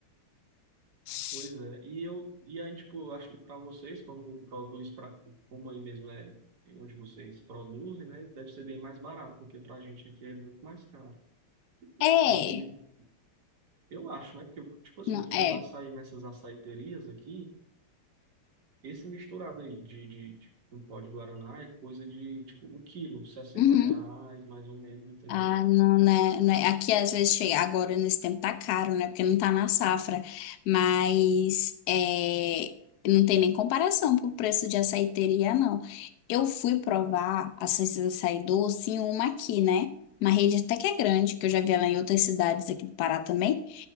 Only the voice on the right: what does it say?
Pois é, e eu, e aí, tipo, eu acho que para vocês, como produz pra, como aí mesmo é onde vocês produzem, né, deve ser bem mais barato, porque pra gente aqui é muito mais caro.
O que Eu acho, né? Que, tipo assim,
o quilo
do açaí nessas açaiterias aqui, esse misturado aí de, de, de um pó de Guaraná é coisa de, tipo, o quilo, sessenta
reais, mais ou menos, entendeu?